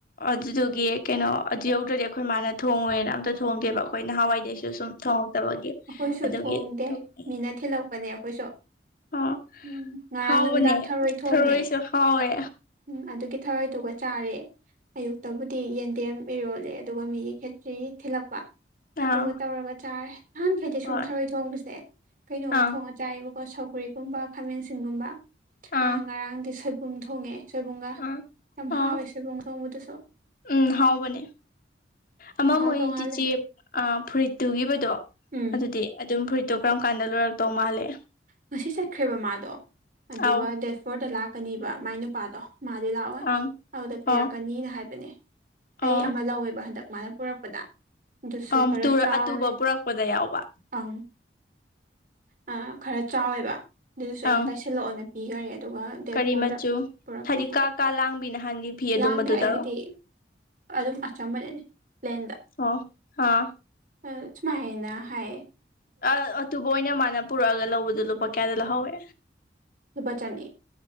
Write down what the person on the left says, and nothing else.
ꯑꯗꯨꯗꯨꯒꯤ ꯀꯩꯅꯣ ꯑꯗꯨ ꯌꯧꯗ꯭ꯔꯗꯤ ꯑꯈꯣꯏ ꯃꯥꯅ ꯊꯣꯡꯉꯣꯏꯅ ꯑꯝꯇ ꯊꯣꯡꯗꯦꯕ ꯑꯈꯣꯏ ꯅꯍꯋꯥꯏꯗꯩꯁꯨ ꯁꯨꯝ ꯊꯣꯡꯉꯛꯇꯕꯒꯤ
ꯑꯗꯨꯒꯤ
ꯊꯣꯡꯉꯦ
ꯑꯥ
ꯍꯥꯎꯕꯅꯦ
ꯊꯔꯣꯏꯁꯨ ꯍꯥꯎꯋꯦ
ꯑꯥ
ꯍꯣꯏ
ꯑꯥ
ꯑꯥ
ꯑꯥ
ꯑꯥ
ꯎꯝ ꯍꯥꯎꯕꯅꯦ ꯑꯃ
ꯃꯣꯏ
ꯆꯤꯆꯦ ꯑꯥ ꯐꯨꯔꯤꯠ ꯇꯨꯒꯤꯕꯗꯣ
ꯑꯗꯨꯗꯤ ꯑꯗꯨꯝ ꯐꯨꯔꯤꯠꯇꯣ ꯀꯔꯝ ꯀꯥꯟꯗ ꯂꯣꯏꯔꯛꯇꯧ ꯃꯥꯜꯂꯦ
ꯑꯧ
ꯑꯪ
ꯑꯣ
ꯑꯣ
ꯑ
ꯑꯇꯨꯕ ꯄꯨꯔꯛꯄꯗ ꯌꯥꯎꯕ
ꯑꯪ
ꯀꯔꯤ
ꯃꯆꯨ
ꯍꯥꯏꯗꯤ
ꯀꯥ ꯀꯥ ꯂꯥꯡꯕꯤ ꯅꯍꯥꯟꯒꯤ ꯐꯤ ꯑꯗꯨꯝꯕꯗꯨꯗꯔꯣ
ꯑꯣ ꯑꯥ
ꯑ ꯑꯇꯨꯕꯨ ꯑꯩꯅ ꯃꯥꯅ ꯄꯨꯔꯛꯑꯒ ꯂꯧꯕꯗꯣ ꯂꯨꯄꯥ ꯀꯌꯥꯗ ꯂꯧꯍꯧꯋꯦ